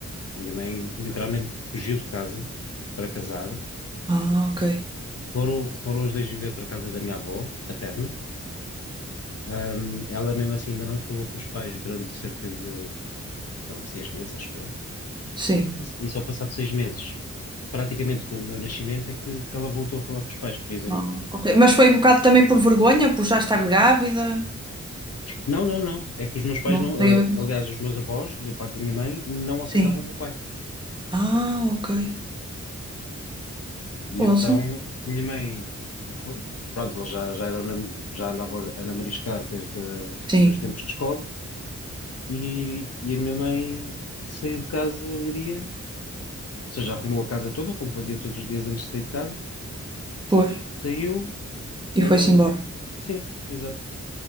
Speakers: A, on the left; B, on the right.
A: A minha mãe literalmente fugiu de casa para casar
B: Ah, ok.
A: Foram, foram os dois viver para a casa da minha avó, paterna. Ahm, ela mesmo assim ainda não falou com os pais durante cerca de, sei lá, seis meses, acho eu.
B: Sim.
A: E só passado seis meses, praticamente com o meu nascimento, é que, que ela voltou a falar com os pais, por exemplo.
B: Ah, ok. Mas foi um bocado também por vergonha, por já estar grávida.
A: Não, não, não. É que os meus pais
B: Não
A: não,
B: tem a ver
A: ah,
B: com isso.
A: aliás, os meus avós, da parte da minha mãe, não aceitavam
B: Sim.
A: o meu pai.
B: Ah, ok.
A: E
B: Ouço.
A: então a minha mãe, pr- pronto, ela já, já, eram, nam- já andavam a namoriscar desde ah,
B: Sim.
A: os tempos de escola. E, e a minha mãe saiu de casa um dia Ou seja, arrumou a casa toda, como fazia todos os dias antes de sair de casa,
B: Pois.
A: saiu. ah,
B: E foi-se embora.
A: sim, exato.